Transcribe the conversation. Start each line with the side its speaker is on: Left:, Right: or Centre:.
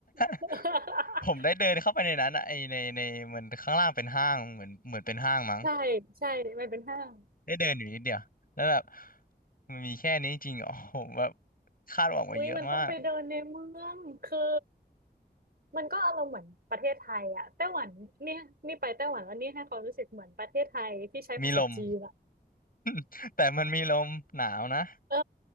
Right: <laughs>
Left: <laughs> ผมได้เดินเข้าไปในนั้นอะไอในในมันข้างล่างเป็นห้างเหมือนเหมือนเป็นห้างมั้ง
Right: ใช่ ใช่ มันเป็นห้าง
Left: ได้เดินอยู่นิดเดียวแล้วแบบมันมีแค่นี้จริงๆอ๋อผมแบบคาดหวังไว้เยอะมาก
Right: อุ้ยมันต้องไปเดินในเมืองคือ มันก็อารมณ์เหมือนประเทศไทยอะไต้หวันเนี่ยนี่ไปไต้หวันแล้วนี่ให้ความรู้สึกเหมือนประเทศไทยที่ใช้ภาษาจีนอะ
Left: มีลม <laughs> แต่มันมีลมหนาวนะ
Right: เออ